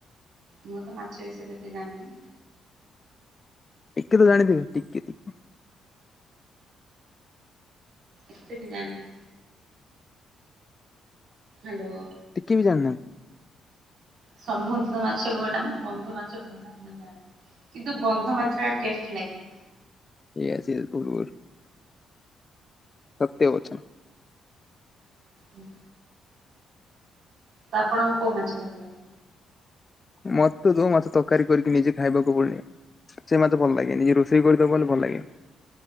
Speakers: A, on the right (about 65°); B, on the left (about 30°).
A: ମୁଁ ତ ମାଛ ବଷୟରେ ଏତେ ଜାଣିନି।
B: ଟିକେ ତ ଜାଣିଥିବେ। ଟିକେ ଟିକେ।
A: ଏତେ ବି ଜାଣିନି। ହ୍ୟାଲୋ।
B: ଟିକେ ବି ଜାଣିନାହାନ୍ତି?
A: ସମୁଦ୍ର ମାଛ କୋଉଟା ବନ୍ଧ ମାଛ କୋଉଟା ମୁଁ ଜାଣିନି। କିନ୍ତୁ ବନ୍ଧ ମାଛ ଟା ଟେଷ୍ଟ ଲାଗେ।
B: ଇଏ ସିଏ କରୁର୍ ସତ୍ୟବଚନ।
A: ହୁଁ। ତ ଆପଣଙ୍କୁ କୋଉ ମାଛ ଭଲ ଲାଗେ?
B: ମୋତେ ଯୋଉ ମାଛ ତରକାରୀ କରିକି ନିଜେ ଖାଇବାକୁ ପଡେ ସେ ମୋତେ ଭଲ ଲାଗେନି। ଯିଏ ରୋଷେଇ କରି ଦବ ମାନେ ଭଲ ଲାଗେ।